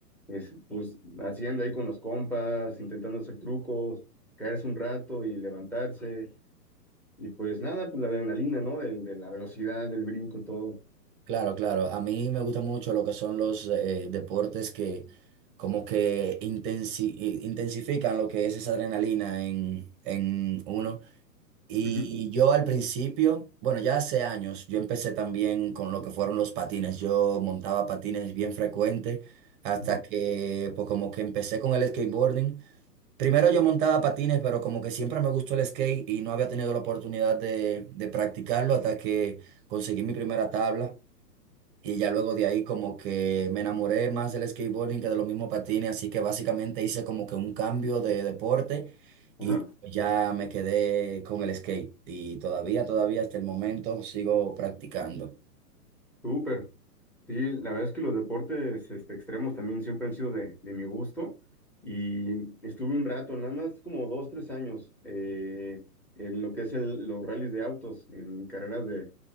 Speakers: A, in the centre; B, on the right.
A: es- pues haciendo ahí con los compas, intentando hacer trucos, caerse un rato y levantarse. Y pues nada, pues la adrenalina, ¿no? Del, de la velocidad, del brinco, todo.
B: Claro, claro. A mí me gusta mucho lo que son los eh, deportes que como que intensi- i- intensifican lo que es esa adrenalina en, en uno. Y
A: Ujú,
B: yo al principio, bueno, ya hace años, yo empecé también con lo que fueron los patines. Yo montaba patines bien frecuente hasta
A: Ajá,
B: que pues como que empecé con el skateboarding. Primero yo montaba patines, pero como que siempre me gustó el skate y no había tenido la oportunidad de, de practicarlo hasta que conseguí mi primera tabla. Y ya luego de ahí como que me enamoré más del skateboarding que de los mismos patines, así que básicamente hice como que un cambio de deporte y
A: ajá.
B: ya me quedé con el skate. Y todavía, todavía hasta el momento sigo practicando.
A: Súper. Sí, la verdad es que los deportes este, extremos también siempre han sido de, de mi gusto y estuve un rato, nada más como dos, tres años eh, en lo que es el- los rallies de autos, en carreras de,